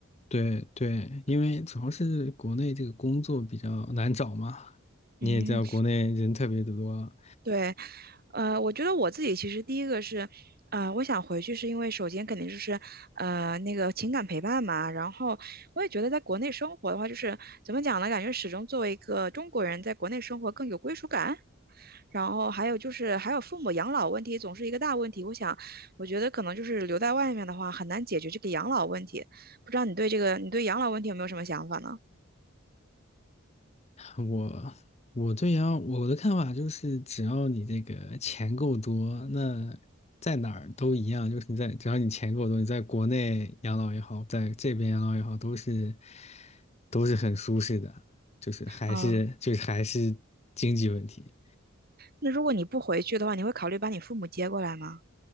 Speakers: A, on the left; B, on the right.
A: 对对，因为主要是国内这个工作比较难找嘛，你也知道国内人特别的多。
B: 嗯。对，呃，我觉得我自己其实第一个是，呃，我想回去是因为首先肯定就是，呃，那个情感陪伴嘛。然后我也觉得在国内生活的话，就是怎么讲呢？感觉始终作为一个中国人，在国内生活更有归属感。然后还有就是还有父母养老问题总是一个大问题。我想，我觉得可能就是留在外面的话很难解决这个养老问题。不知道你对这个，你对养老问题有没有什么想法呢？
A: 我我对呀，我的看法就是，只要你这个钱够多，那在哪儿都一样，就是你在只要你钱够多，你在国内养老也好，在这边养老也好，都是都是很舒适的，就是还是就是还是经济问题。
B: 啊、那如果你不回去的话，你会考虑把你父母接过来吗？